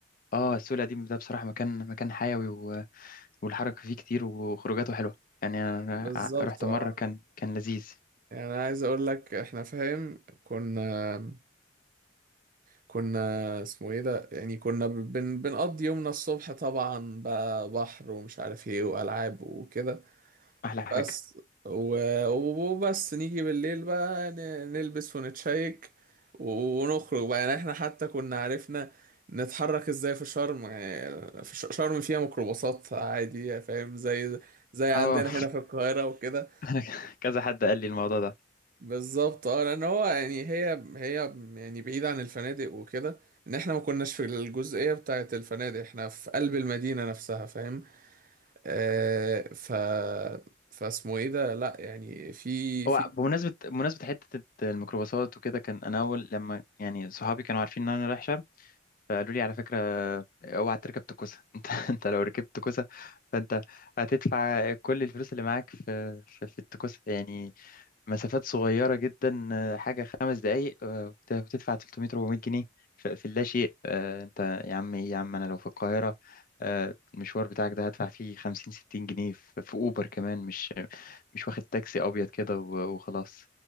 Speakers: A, on the left; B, on the right.
A: اه السوق القديم ده بصراحه مكان مكان حيوي و... والحركه فيه كتير وخروجاته حلوه يعني انا
B: بالظبط
A: ع- رحت
B: اه
A: مره كان كان لذيذ
B: يعني أنا عايز اقول لك احنا فاهم كنا كنا اسمه ايه ده يعني كنا ب- بن بنقضي يومنا الصبح طبعا بقى بحر ومش عارف ايه والعاب وكده
A: احلى حاجه
B: بس و- وبس نيجي بالليل بقى ن- نلبس ونتشيك ونخرج بقى يعني احنا حتى كنا عرفنا نتحرك ازاي في شرم يعني في ش- شرم فيها ميكروباصات عادي فاهم زي زي عندنا
A: اه
B: هنا في القاهرة وكده
A: <laughs> كذا حد قال لي الموضوع ده
B: بالظبط اه لان هو يعني هي هي يعني بعيد عن الفنادق وكده ان احنا ما كناش في الجزئيه بتاعه الفنادق احنا في قلب المدينه نفسها فاهم آه ف فاسمه ايه ده لا يعني في
A: هو
B: في
A: بمناسبه بمناسبه حته الميكروباصات وكده كان انا اول لما يعني صحابي كانوا عارفين ان انا رايح شرم فقالوا لي على فكرة اوعى تركب تكوسة <laughs> انت انت لو ركبت تكوسة فانت هتدفع كل الفلوس اللي معاك في في, في التكوسة يعني مسافات صغيرة جدا حاجة خمس دقايق وت- وتدفع 300 400 جنيه في, في اللا شيء آه، انت يا عم إيه يا عم انا لو في القاهرة آه، المشوار بتاعك ده هدفع فيه 50 60 جنيه في, في اوبر كمان مش مش واخد تاكسي ابيض كده و- وخلاص